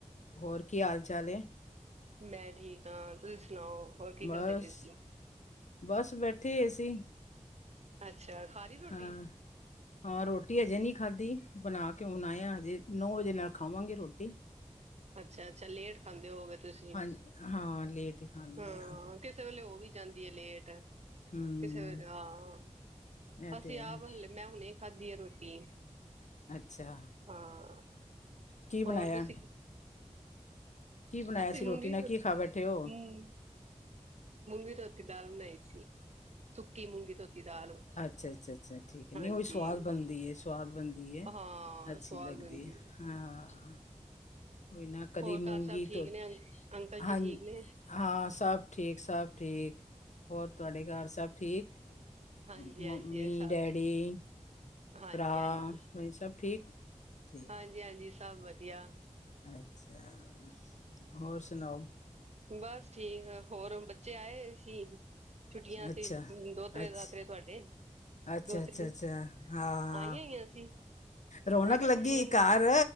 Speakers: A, on the left; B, on the right.
A: ਹੋਰ ਕੀ ਹਾਲ-ਚਾਲ ਏ?
B: ਮੈਂ ਠੀਕ ਆ ਤੁਸੀ ਸੁਣਾਓ? ਹੋਰ ਕੀ
A: ਬਸ
B: ਕਰਦੇ ਪਏ ਸੀ?
A: ਬਸ ਬੈਠੇ ਹੋਏ ਸੀ।
B: ਅੱਛਾ ਖਾ ਲੀ ਰੋਟੀ?
A: ਹਾਂ ਹਾਂ ਰੋਟੀ ਅਜੇ ਨਹੀਂ ਖਾਦੀ ਬਣਾ ਕੇ ਹੁਣ ਆਏ ਹਾਂ ਅੱਜੇ ‌ਨੌ ਵਜੇ ਨਾਲ ਖਾਵਾਂਗੇ ਰੋਟੀ।
B: ਅੱਛਾ-ਅੱਛਾ ਲੇਟ ਖਾਂਦੇ ਹੋਵੋਗੇ ਤੁਸੀਂ
A: ਹਾਂ ਹਾਂ ਲੇਟ ਹੀ ਖਾਂਦੇ
B: ਹਾਂ ਕਿਸੇ ਵੇਲੇ ਉਹ ਵੀ ਜਾਂਦੀ ਏ ਲੇਟ
A: ਹਮ
B: ਕਿਸੇ ਵੇਲੇ ਹਾਂ
A: ਇਹ
B: ਅਸੀਂ
A: ਤੇ
B: ਆਪ
A: ਹੈ
B: ਹਲੇ ਮੈਂ ਹੁਣੇ ਖਾਦੀ ਏ ਰੋਟੀ।
A: ਅੱਛਾ।
B: ਹਾਂ,
A: ਕੀ ਬਣਾਇਆ
B: ਹੋਰ ਤੁਸੀਂ
A: ਕੀ ਬਣਾਇਆ
B: ਅਸੀਂ
A: ਸੀ
B: ਮੂੰਗੀ
A: ਰੋਟੀ ਨਾਲ ਕੀ
B: ਧੋ
A: ਖਾ ਬੈਠੇ ਓ?
B: ਹੂੰ, ਮੂੰਗੀ ਧੋਤੀ ਦਾਲ ਬਣਾਈ ਸੀ। ਸੁੱਕੀ ਮੂੰਗੀ ਧੋਤੀ ਦਾਲ,
A: ਅੱਛਾ-ਅੱਛਾ-ਅੱਛਾ ਠੀਕ ਹੈ
B: ਹਾਂਜੀ।
A: ਨਹੀਂ ਉਹਵੀ ਸਵਾਦ ਬਣਦੀ ਏ ਸਵਾਦ ਬਣਦੀ ਏ
B: ਹਾਂ
A: ਅ
B: ਸਵਾਦ
A: ਛੀ ਲੱਗਦੀ
B: ਬਣਦੀ
A: ਏ ਹਾਂ। ਕੋਈ ਨਾ ਕਦੀ
B: ਹੋਰ
A: ਮੂੰਗੀ
B: ਘਰ ਸਭ ਠੀਕ
A: ਧੋਤੀ
B: ਨੇ ਅੰ ਅੰਕਲ
A: ਹਾਂਜੀ
B: ਜੀ ਠੀਕ ਨੇ?
A: ਹਾਂ ਸਭ ਠੀਕ, ਸਭ ਠੀਕ ਹੋਰ ਤੁਹਾਡੇ ਘਰ ਸਭ ਠੀਕ?
B: ਹਾਂਜੀ-ਹਾਂਜੀ
A: ਮੰਮੀ,
B: ਸਭ
A: ਡੈਡੀ,
B: ਠੀਕ ਹਾਂਜੀ-ਹਾਂਜੀ,
A: ਭਰਾ ਸਭ ਠੀਕ? ਠੀਕ
B: ਹਾਂਜੀ ਹਾਂਜੀ ਸਭ ਵਧੀਆ।
A: ਅੱਛਾ ਹੋਰ ਸੁਣਾਓ।
B: ਬਸ ਠੀਕ ਹੋਰ ਜੇ ਆਏ ਹੋਏ ਸੀ ਛੁੱਟੀਆਂ
A: ਅੱਛਾ
B: ਸੀ ਦੋਤਰੇ
A: ਅੱਛਾ
B: ਦਾਤਰੇ ਤੁਹਾਡੇ
A: ਅੱਛਾ
B: ਦੋਤਰੀ
A: ਅੱਛਾ ਅੱਛਾ ਹਾਂ
B: ਆਈਆਂ ਹੋਈਆਂ ਸੀ
A: ਰੌਣਕ
B: ਮੈਂ ਕਿਹਾ
A: ਲੱਗੀ
B: ਕੁੜੀਆਂ
A: ਘਰ